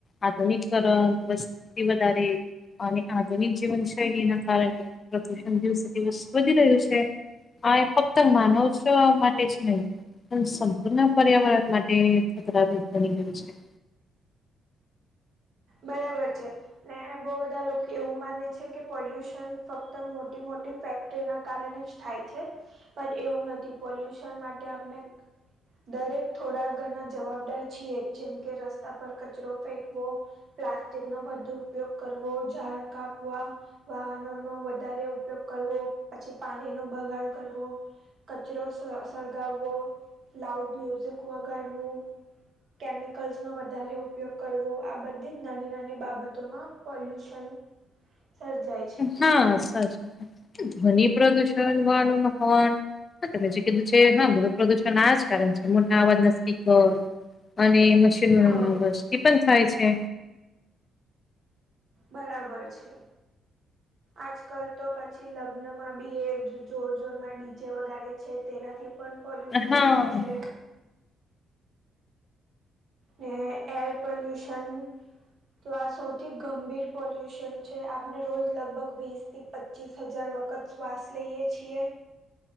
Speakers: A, on the left (about 35°); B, on the right (about 55°).
A: આધુનિકકરણ વસ્તી વધારે. અને આધુનિક જીવનશૈલી ના કારણે પ્રદુષણ દિવસે દિવસ વધી રહ્યું છે. હા એ ફક્ત માનોવ છો આ માટે જ નહી. સંપૂર્ણ પર્યાવરણ માટે ખતરારૂપ બની ગયું છે.
B: બરાબર છે ને બહુ બધા લોકો એવું માને છે. છે કે પોલ્યુશન ફક્ત મોટી મોટી ફેક્ટરીના કારણે જ થાય છે. પણ એવું નથી પોલ્યુશન માટે આપને. દરેક થોડા ઘરણા જવાબદાર છીએ જેમ કે રસ્તા પર કચરો ફેંકવો. પ્લાસ્ટિક નો બુ ઉપયોગ કરવો ઝાડ કાપવા. વાહનો નો વધારે ઉપયોગ કરવો પછી પાણી નો બગાડ કરવો. કચરો સળગાવવો લાઉડ મ્યુઝિક વગાડવું. કેમિકલ્સનો વધારે ઉપયોગ કરવો આ બધી જ. નાની નાની બાબતોમાં પોલ્યુશન સર્જાય. છે.
A: હા સાચી ધ્વનિ પ્રદુષણ વાળુ હોન. હમે કીધું છે હ પ્રદૂષણ આ જ કારણ છે મોટા અવાજ ના સ્પિકર. અને મશરૂમ
B: હા,
A: વસ્તી પણ થાય છે.
B: બરાબર છે. આજકાલ તો પછી લગ્નમાં બી એ જોર જોરમાં ડીજે વગારે છે તેનાથી પણ. પોલ્યુશન
A: હા
B: થાય છે. ને એર પોલ્યુશન. તો આ સૌથી ગંભીર પોલ્યુશન છે આપને રોજ લગભગ વીસ. થી પચીસ હજાર વખત શ્વાસ લઈએ છીએ.